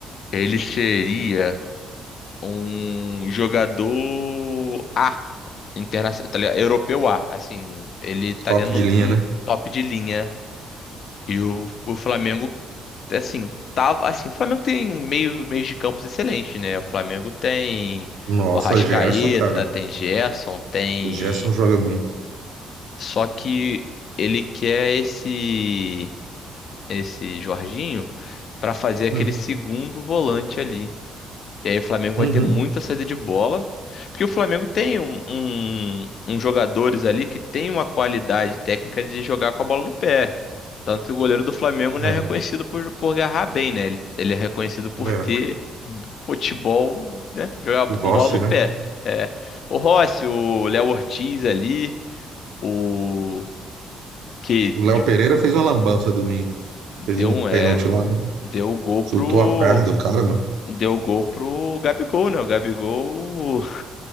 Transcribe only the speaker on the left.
ele seria um jogador A, internacional, tá ligado? Europeu A. Assim, ele estaria
no,
no
top de linha. E o, o Flamengo, assim, tava. Assim, o Flamengo tem meio, meios de campos excelente, né? O Flamengo tem
o Arrascaeta,
tem Gerson, tem.
Só que ele quer esse. esse Jorginho para fazer aquele
segundo volante ali. E aí o Flamengo
vai ter muita saída de bola, porque o Flamengo tem um, um- uns jogadores ali que tem uma qualidade técnica de jogar com a bola no pé. Tanto que o goleiro do Flamengo não
é reconhecido por, por agarrar bem, né? Ele, ele é reconhecido por
ter futebol, né? Jogar
com bola no
pé. É. O Rossi, o Léo Ortiz ali, o que
Deu
um
é.
Deu o gol
pro.
Deu o gol pro Gabigol, né? O Gabigol.